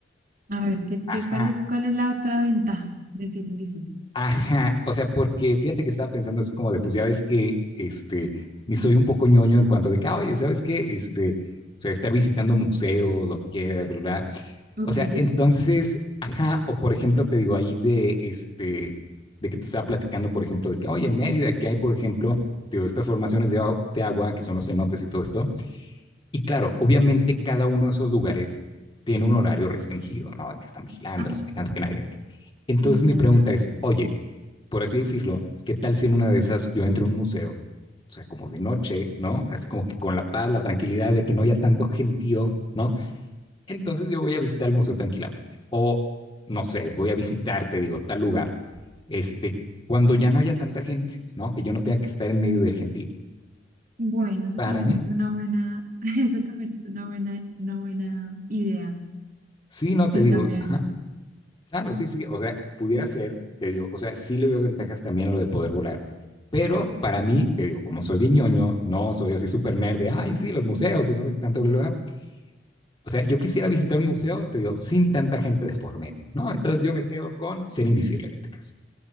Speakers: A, on the right; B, on the left.
A: a ver, ¿qué, qué,
B: Ajá,
A: cuál es, cuál es la otra ventaja de ser invisible?
B: Ajá, o sea, porque fíjate que estaba pensando así como de, pues ya ves que, este, ni soy un poco ñoño en cuanto de que, "Ah, oye, ¿sabes qué? Este, o sea, estar visitando museos, lo que quieras, ¿verdad?
A: Ok.
B: O sea, entonces, ajá, o por ejemplo, te digo ahí de, este, de que te estaba platicando, por ejemplo, de que, oye, en Mérida, que hay, por ejemplo, te digo, estas formaciones de, au- de agua, que son los cenotes y todo esto, y claro, obviamente cada uno de esos lugares tiene un horario restringido, ¿no? Que están vigilando,
A: Ah,
B: no sé qué tanto que nadie entre. Entonces
A: sí,
B: mi
A: ya,
B: pregunta
A: ya.
B: es, oye, por así decirlo, ¿qué tal si en una de esas yo entro a un museo? O sea, como de noche, ¿no? Así como que con la paz, la tranquilidad de que no haya tanto gentío, ¿no? Entonces yo voy a visitar el museo tranquilamente. O, no sé, voy a visitar, te digo, tal lugar, este, cuando ya no haya tanta gente, ¿no? Que yo no tenga que estar en medio del gentío.
A: Bueno, eso
B: Para
A: también
B: mí,
A: es una buena, <laughs> eso también es una buena, una buena idea.
B: sí, no
A: Sí,
B: te digo,
A: también.
B: ajá, Claro, sí, sí, o sea, pudiera ser, te digo, o sea, sí le veo ventajas también a lo de poder volar, pero para mí, te digo, como soy bien ñoño, no soy así súper nerd de, ay, sí, los museos y no sé qué tanto, bla, bla, bla. O sea, yo quisiera visitar un museo, te digo, sin tanta gente de por medio, ¿no? Entonces yo me quedo con ser invisible en este caso.